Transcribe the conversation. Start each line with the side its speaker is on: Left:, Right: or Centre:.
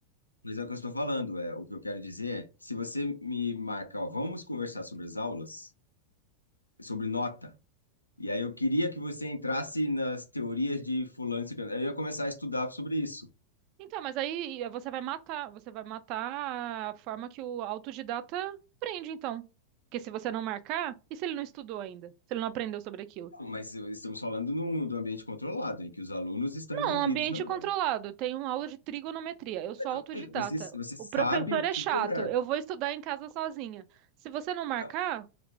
Left: mas é o que eu estou falando, é o que eu quero dizer é, se você me marca, ó, vamos conversar sobre as aulas, sobre nota, e aí eu queria que você entrasse nas teorias de fulano, e ciclano, aí eu ia começar a estudar sobre isso.
Right: Então, mas aí você vai matar, você vai matar a forma que o autodidata aprende, então. Porque se você não marcar, e se ele não estudou ainda? Se ele não aprendeu sobre aquilo?
Left: Mas estamos falando num, do ambiente controlado, em que os alunos estão
Right: Não,
Left: envolvidos
Right: um ambiente
Left: na aula.
Right: controlado. Tem uma aula de trigonometria. Eu sou
Left: Então,
Right: autodidata.
Left: você, você
Right: O
Left: sabe
Right: professor
Left: o
Right: é
Left: que
Right: chato.
Left: cobrar.
Right: Eu vou estudar em casa sozinha. Se você não marcar,
Left: Não,